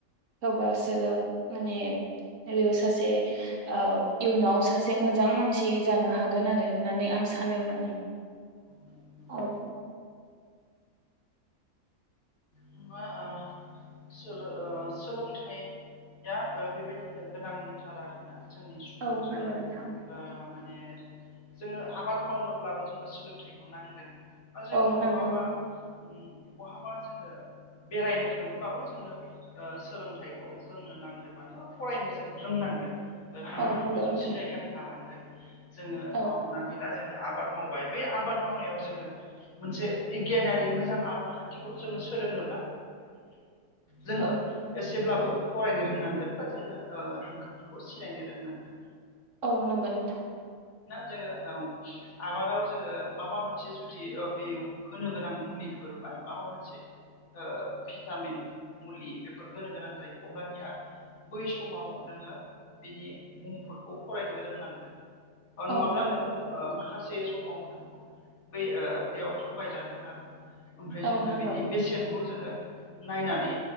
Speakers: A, on the right; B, on the left.
A: अबासो माने बेयाव सासे ओ इयुनाव सासे मोजां मानसि जानो हागोन आरो होननानै आं सानो माने
B: नंगौ नंगौ
A: औ।
B: होमबा ओ सोलो ओ सोलोंथाइया बेबायदिनो गोनांथार आरोना‌? जोंनि सुबुं
A: औ
B: जिउ
A: नंगौ
B: ओ
A: नोंथां
B: माने जोङो आबाद मावनोब्लाबो जोङो सोलोंथाइखौ नांगोन। ओ जोंङो
A: औ नांगौ
B: बहाबा उम बहाबा जोंङो बेरायनो थांङोब्लाबो जोंनो ओ सोलोंथाइखौ जोंनो नांगोन मानोना फरायनो जों रों नांगोन ओ हांखोफोरखौ
A: औ नंगौ नोंथां
B: जों सिनायनो हानांगोन। जोंङो
A: औ
B: हमनानै ला जों आबाद मावबाय बै आबाद मावनायाव जोंङो मोनसे बिगियानारि मोजां आदब खान्थिखौ जोंङो सोलोंनो ब्ला जोङो
A: औ
B: एसेब्लाबो फरायनो रोंनांगोन बा जोंङो ओ हांखोफोरखौ सिनायनो रोंनांगोन।
A: औ नंगौ नोंथां।
B: जोंङो औ आबादाव जोंङो माबा मोनसे जुदि बे होनो गोनां मुलिफोर बा माबा मोनसे ओ भिटामिन मुलि बेफोर होनो गोनां जायो अब्लानिया बै समाव नोंङो बिनि मुंफोरखौ फरायनो रोंनांगोन। नङाब्ला
A: औ नंगौ
B: नोंखौ माखा से समाव नोंखौ बे बेयाव थगायजानोबो हागौ ओमफ्राय
A: औ
B: जोङो
A: नंगौ
B: बेनि बेसेन खौ जोङो नायनानै